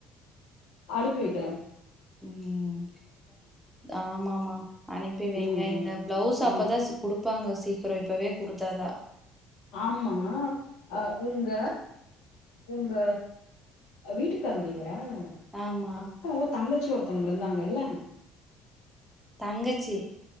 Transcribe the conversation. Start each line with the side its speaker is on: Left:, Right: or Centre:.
Left: அனுப்பி வெக்
Centre: உம் ஆமா மா அனுப்பி வெயிங்க
Left: ம் ம்
Centre: இந்த பிளவுஸ் அப்பதா
Left: ம்
Centre: குடு தெப்பாங்க சீக்கிரம் இப்பவே குடுத்தா தா
Left: ஆமா அஹ உங்க உங்க வீட்டுக்காருடைய க
Centre: ஆமா
Left: அக்காவோ தங்கச்சி ஒருத் ஒருத்தவங்க இருந்தாங்கல்ல
Centre: தங்கச்சி